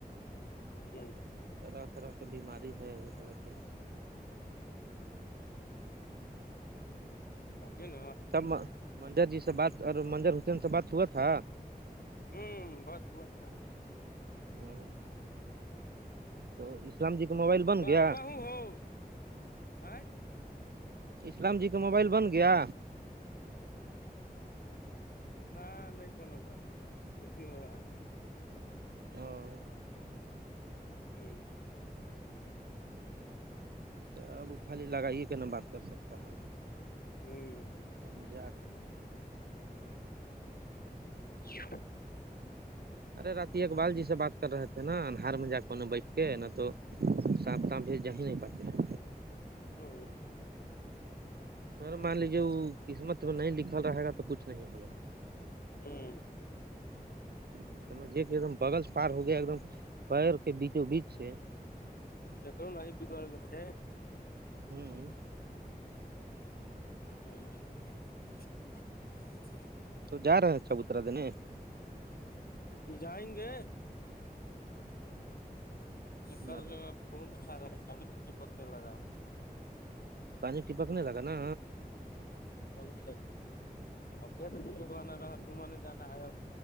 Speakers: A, on the left; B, on the right.
A: اے جی
B: طرح طرح کے بیماری ہے ابھی سک کے
A: ا ن
B: تب منظر جی سے بات اور منجر حسین سے بات ہوا تھا
A: ہوں بت ہوت تھا
B: ہ تو اسلام جی کا موبائل بن
A: بار
B: گیا
A: بہو ہو آ
B: اسلام جی کا موبائل بن گیا
A: نہ نہیں بنل کش ہو رہا ہے
B: او
A: جی
B: تو اب خالی لگائیے کہ ن بات کر سکتا ہے
A: ہ
B: پنجاب
A: ا
B: ارے رات اقبال جی سے بات کر رہے تھے نا انہار میں جا کے اننے بیٹھ ٹھیک ہے نہ تو ساپ تام بھیج جا ہی نہیں پاتے ہیں
A: ا
B: سر مان لیجیے وہ قسمت میں نہیں لکھل رہے گا تو کچھ نہیں ہوگا
A: ہوں
B: ج کہ ایک دم بغل پار ہو گیا ایک دم پیر کے بیچوں بیچ سے
A: دیکھو نہیں بھی گ ل تھے
B: ہوں
A: تو
B: تو جا رہے چبوترا دنے
A: جائیں گے
B: مر
A: کر لے میں گم اھا رہا ہے کالی بچی پکنے لگا
B: پانی ٹپک نہیں لگا نا
A: چلی چلی اور کت پ چودوانا رہا گوم نہیں جانا ہے اور